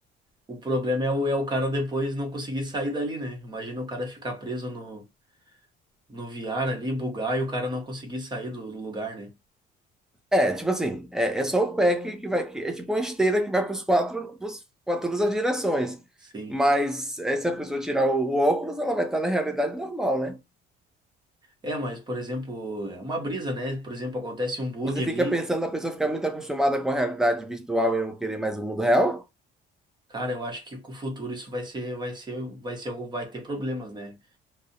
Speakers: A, on the right; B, in the centre.
A: o problema é o, é o cara depois não conseguir sair dali, né? Imagina o cara ficar preso no, no VR ali, bugar e o cara não conseguir sair do do lugar, né?
B: É, tipo assim, é, é só o pé que, que vai. que- é tipo uma esteira que vai para os quatro, para todas as direções.
A: Sim.
B: Mas é, se a pessoa tirar o, o óculos, ela vai estar na realidade normal, né?
A: É, mas, por exemplo, é uma brisa, né? Por exemplo, acontece um bug
B: Você
A: ali.
B: fica pensando, a pessoa ficar muito acostumada com a realidade virtual e não querer mais o mundo real.
A: Cara, eu acho que com o futuro isso vai ser, vai ser, vai ser algum, vai ter problemas, né?